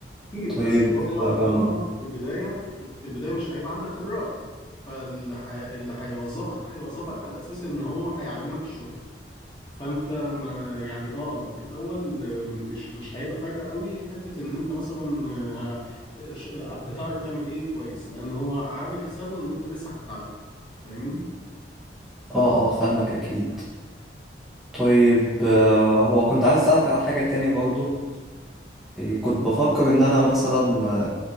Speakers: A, on the left; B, in the centre.
A: اكيد
B: طيب
A: بس هو
B: أم،
A: طالما انت في البدايه انت في البدايه مش هيبقى عندك خبرات فاللي حي... اللي هيوظفك هيوظفك على اساس ان هو هيعلمك الشغل فانت ما يعني اه في الاول آه، مش مش هيبقى فارقه قوي حته ان انت مثلا آه، ش- آه، بتعرف تعمل ايه كويس لان هو عامل حسابه ان انت لسه هتتعلم فاهمني
B: اه اه فاهمك اكيد طيب آه، هو كنت عايز اسألك على حاجة تاني برضو إيه، كنت بفكر ان انا مثلا